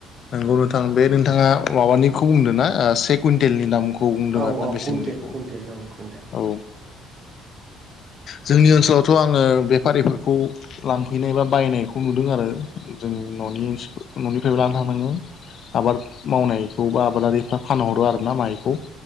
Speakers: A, on the left (about 55°); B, on the right (about 50°).
A: नंगौ नोंथां बे नोंथाङा माबानिखौ बुंदों ना से कुइन्टेलनि दामखौ खौ बुंदों
B: औ
A: आरोना
B: औ
A: बेसेननिखौ
B: कुइन्टेल कुइन्टेल औ कुइन्टेल
A: औ
B: <inaudible>
A: जोंनि ओनसोलावथ' आङो बेफारिफोरखौ लांफैनाय बा बायनायखौ नुदों आरो जों न'नि न'निफ्रायबो लानो हानाङो। आबाद मावनायखौ बा आबादारिफ्रा फानहरो आरोना माइखौ